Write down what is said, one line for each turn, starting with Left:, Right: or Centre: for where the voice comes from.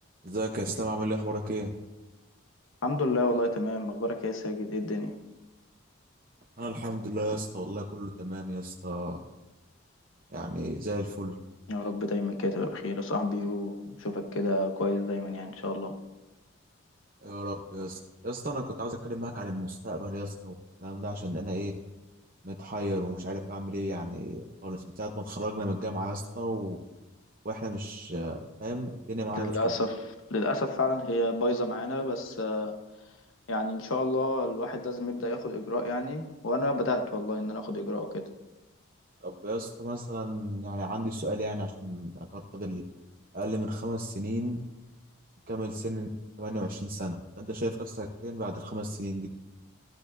Right: ازيك يا اسلام عامل ايه اخبارك ايه
Left: الحمد لله والله تمام اخبارك إيه يا ساجد ايه الدنيا
Right: انا الحمد لله يا اسطى والله كله تمام يا اسطى يعني زي الفل
Left: يا رب دايما كده تبقى بخير يا صاحبي وشوفك كده كويس دايما يعني ان شاء الله
Right: يا رب يا اسطى يا اسطى انا كنت عاوز اتكلم معاك عن المستقبل يا اسطى والكلام ده عشان انا ايه متحير ومش عارف اعمل ايه يعني خالص من ساعه ما اتخرجنا من الجامعه يا اسطى و... واحنا مش فاهم الدنيا معانا
Left: للاسف
Right: مش مظبوطه
Left: للاسف فعلا هي بايظه معانا بس آه، يعني ان شاء الله الواحد لازم يبدا ياخد اجراء يعني وانا بدات والله ان انا اخد اجراء وكده
Right: طب يا اسطى مثلا يعني عندي سؤال يعني عشان اعتبر فاضل اقل من خمس سنين نكمل سن 28 سنه انت شايف نفسك فين بعد الخمس سنين دي